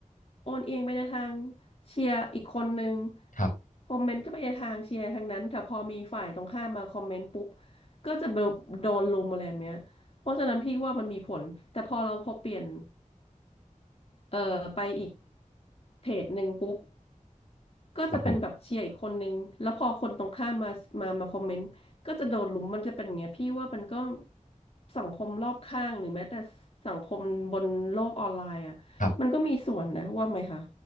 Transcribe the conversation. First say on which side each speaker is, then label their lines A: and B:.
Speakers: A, on the left; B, on the left.
A: โอนเอียงไปในทางเชียร์อีกคนนึง
B: ครับ
A: คอมเมนต์ก็ไปในทางเชียร์ทางนั้นแต่พอมีฝ่ายตรงข้ามมาคอมเมนต์ปุ๊บก็จะโดนลุมอะไรแบบเนี้ย เพราะฉะนั้นพี่ว่ามันมีผลแต่พอเราพอเปลี่ยนเอ่อไปอีกเพจหนึ่งปุ๊บ ก็จะเป็นแบบเชียร์อีกคนนึงแล้วพอคนตรงข้ามมามามาคอมเมนต์ก็จะโดนลุมมันจะเป็นอย่างเงี้ยพี่ว่ามันก็
B: ครับผม
A: สังคมรอบข้างหรือแม้แต่สังคมบนโลกออนไลน์อ่ะมันก็มีส่วนนะว่าไหมคะ
B: ครับ